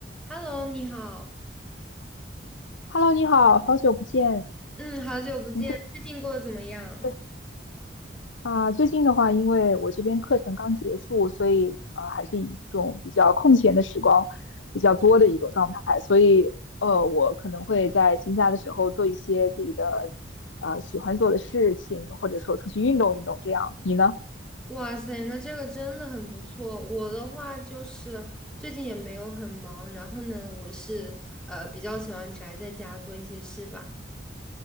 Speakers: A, in the centre; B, on the left.
A: Hello，你好，
B: Hello，你好，好久不见。
A: 嗯，好久不见，
B: 你最
A: 最近过得怎么样？
B: 近啊，最近的话，因为我这边课程刚结束，所以呃，还是一种比较空闲的时光比较多的一种状态，所以呃，我可能会在闲暇的时候做一些自己的呃喜欢做的事情，或者说出去运动运动这样。你呢？
A: 哇塞，那这个真的很不错。我的话就是最近也没有很忙，然后呢，我是呃比较喜欢宅在家做一些事吧。